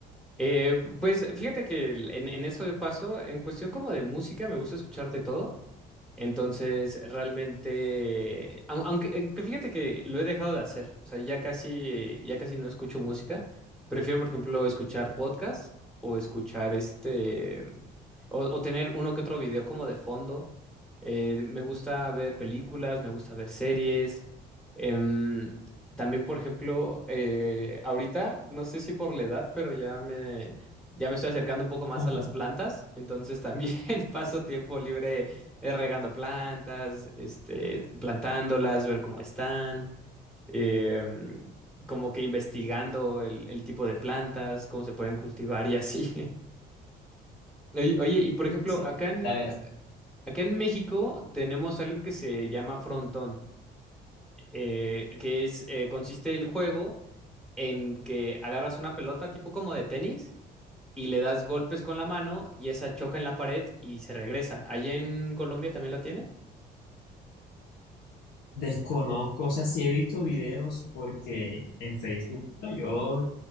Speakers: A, in the centre; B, on the left.
A: Eh, pues fíjate que el- en, en eso de paso, en cuestión como de música, me gusta escucharte todo. Entonces, realmente, au- aunque, aunque fíjate que lo he dejado de hacer, o sea, ya casi, eh, ya casi no escucho música. Prefiero, por ejemplo, escuchar podcasts o escuchar este. O, o tener uno que otro video como de fondo. Eh, me gusta ver películas, me gusta ver series. Em, también, por ejemplo, eh, ahorita, no sé si por la edad, pero ya me, ya me estoy acercando un poco más
B: <laughs>
A: a las plantas. Entonces también <laughs> paso tiempo libre eh, regando plantas, este, plantándolas, ver cómo están. em, como que investigando el, el tipo de plantas, cómo se pueden cultivar y así. <laughs> Oye, oye, y por ejemplo,
B: Sí.
A: acá en,
B: A ver,
A: Acá en México tenemos algo que se llama frontón, eh, que es eh, consiste el juego en que agarras una pelota tipo como de tenis y le das golpes con la mano y esa choca en la pared y se regresa. ¿Allá en Colombia también la tiene?
B: Desconozco, o sea, sí he visto videos porque en Facebook, o sea, yo